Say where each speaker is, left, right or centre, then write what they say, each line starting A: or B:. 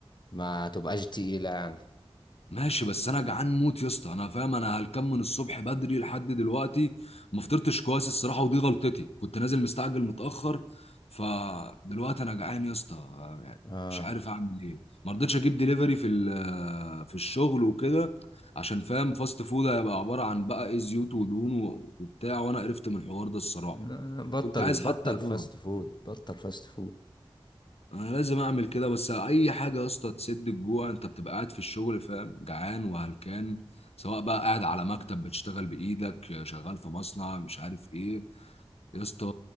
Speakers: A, on the left; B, on the left.
A: ما تبقاش تقيلة يعني
B: ماشي بس انا جعان موت يا اسطى انا فاهم انا هلكان من الصبح بدري لحد دلوقتي ما فطرتش كويس الصراحه ودي غلطتي كنت نازل مستعجل متاخر فدلوقتي انا جعان يا اسطى يعني
A: اه
B: مش عارف اعمل ايه ما رضيتش اجيب دليفري في ال- في الشغل وكده عشان فاهم فاست فود هيبقى عباره عن بقى ايه زيوت ودهون و- وبتاع وانا قرفت من الحوار ده الصراحه
A: لا، بطل
B: كنت عايز
A: بطل
B: حتى اه
A: فاست فود بطل فاست فود
B: انا لازم اعمل كده بس اي حاجه يا اسطى تسد الجوع انت بتبقى قاعد في الشغل فاهم جعان وهلكان سواء بقى قاعد على مكتب بتشتغل بايدك شغال في مصنع مش عارف ايه يا اسطى